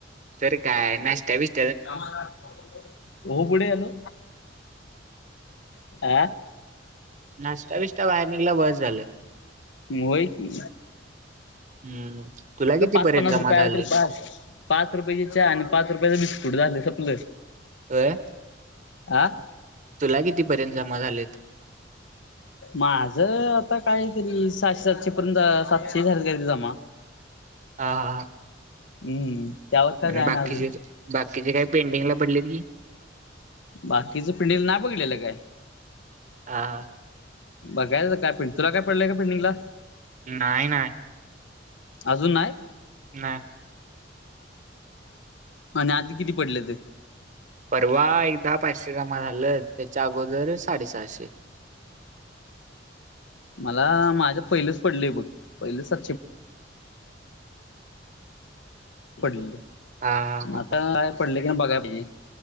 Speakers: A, on the right; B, on the left.
A: तर काय नाष्टा बिष्ट
B: कामाला हो पुढे आलो आ.
A: नाश्ता बिष्टा बाहेर निघला बस झालं.
B: व्हय, की
A: हम्म तुला कितीपर्यंत
B: पाच पन्नास
A: जमा
B: रुपये
A: झाले
B: आला तरी बास. पाच रुपयाच चहा आणि पाच रुपयाचं बिस्कुट झालं संपल.
A: व्हय.
B: आ.
A: तुला कितीपर्यंत जमा झालेत?
B: माझं आता कायतरी सहाशे सातशे पर्यंत सातशे झालतीत जमा.
A: हा.
B: हम्म. त्यावर काय
A: आणि
B: जायना
A: बाकीचे?
B: अजून
A: बाकीचे काही पेंडिंगला पडलेत की.
B: बाकीचं पेंडिंग नाही बघलेलं काय.
A: ह.
B: बघायच काय पि. तुला काय पडलंय का पेंडिंगला?
A: नाही नाही.
B: अजून नाही.
A: नाही.
B: आणि आधी किती पडलेत पेमेंट?
A: परवा एकदा पाचशे जमा झालं. त्याच्या अगोदर साडे सहाशे.
B: मला माझ्या पहिलेच पडले बघ पहिल सातशे पडल.
A: हां, हां, हां,
B: आता
A: हां.
B: काय पडले काय बघाय पाहिजे.